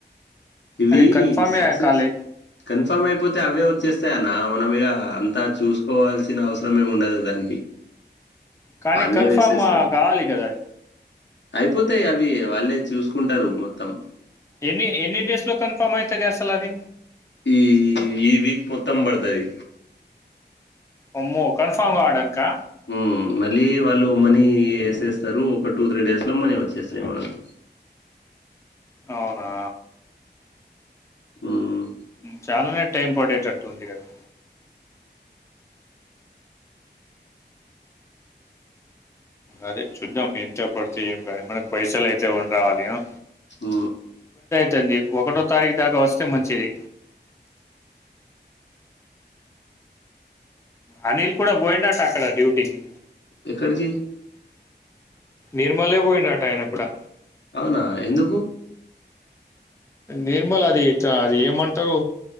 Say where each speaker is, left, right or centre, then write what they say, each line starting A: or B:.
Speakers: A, on the left; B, on the left.
A: ఇవీ
B: అది కన్ఫామే
A: సక్సెస్
B: కాలే
A: కన్ఫామ్ అయిపోతే అవే వచ్చేస్తాయ్ అన్నా మనం ఇగా అంతా చూసుకోవాల్సిన అవసరం ఏం ఉండదు దానికి
B: కానీ
A: వాళ్ళే
B: కన్ఫర్మ్
A: వేసేస్తారు
B: కావాలి కదా
A: అయిపోతాయి అవి వాళ్ళే చూసుకుంటారు మొత్తం
B: ఎన్నీ ఎన్ని డేస్ లో కన్ఫార్మ్ అయితది అసలు అది
A: ఈ ఈ వీక్ మొత్తం బడ్తది
B: అమ్మో కన్ఫామ్ ఆడక్కా
A: హ్మ్ మళ్ళీ వాళ్ళు మనీ ఏసేస్తారు ఒక టూ త్రీ డేస్ లో మనీ వచ్చేస్తాయి మనకు.
B: అవునా
A: హ్మ్
B: చాలానే టైం పడేటట్టు ఉంది కదా అదే చూద్దాం ఎంత పడుతయో <unintelligible> మనకి పైసలు అయితే ఉం రావాలి అ
A: ఆ
B: తంది ఒకటో తారీఖు దాకా వస్తే మంచిది అనీల్ కూడా బోయిండొచ్చు అక్కడ డ్యూటీకి
A: ఎక్కడికీ
B: నిర్మలే పోయిండట ఆయన కూడా
A: అవునా ఎందుకు
B: నిర్మల్ అదీ చ అది ఏమంటరు